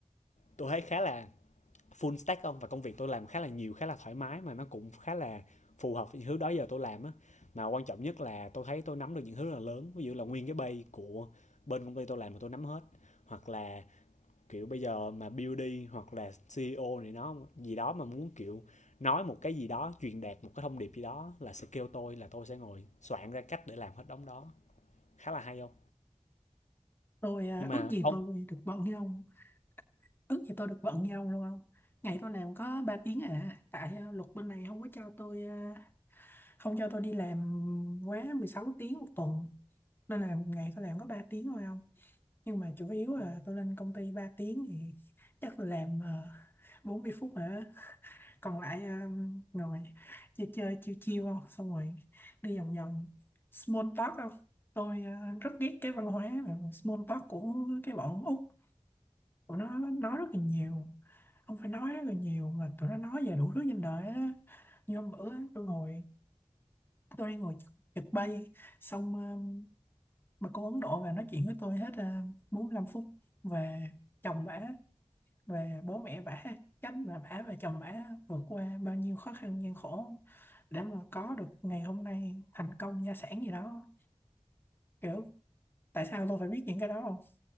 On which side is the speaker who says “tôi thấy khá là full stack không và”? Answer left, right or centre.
Left